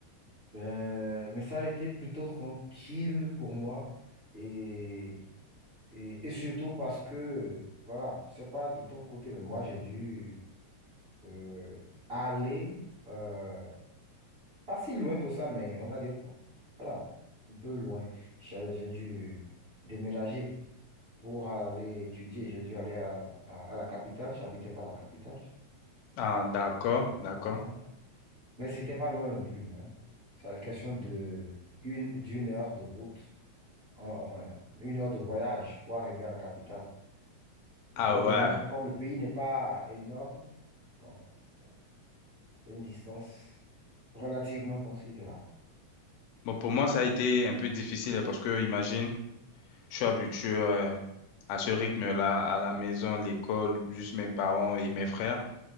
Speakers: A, on the right; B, on the left.
A: Euh, mais ça a été plutôt tranquille pour moi et, et, et surtout parce que, voilà, je sais pas de ton côté, mais moi j'ai dû euh, aller euh, pas si loin que ça, mais on va dire, voilà, un peu loin. J'ai j'ai dû déménager pour aller étudier. J'ai dû aller à, à, à la capitale. J'habitais pas à la capitale
B: Ah, d'accord,
A: avec mes
B: d'accord.
A: parents, mais c'était pas loin non plus, hein. C'est la question de une, d'une heure de route. en- enfin, une heure de voyage pour arriver à la capitale. Mais
B: Ah
A: au Bénin,
B: ouais.
A: comme le pays n'est pas énorme, bon, c'est c'est une distance relativement considérable.
B: Bon, pour moi, ça a été un peu difficile hein, parce que, imagine, je suis habitué euh, à ce rythme-là, à la maison, l'école, juste mes parents et mes frères.